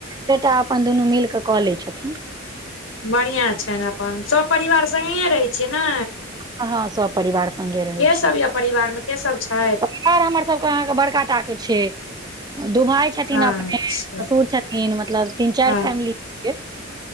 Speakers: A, on the right; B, on the left.
A: बेटा अपन दुनू मिल कऽ कऽ लैत छथिन
B: बढ़िआँ छन अपन सभ पररिवार सङ्गहिे रहैत छियै ने
A: हँ हँ सब परिवार संगे रहै
B: के
A: छै
B: सब य परिवार में के सब छै
A: पार हमर सबके अहाँके बड़का टाके छै दू भाय छथिन
B: अच्छा
A: अपने ससुर छथिन मतलब तीन चार
B: हँ
A: फैमिली के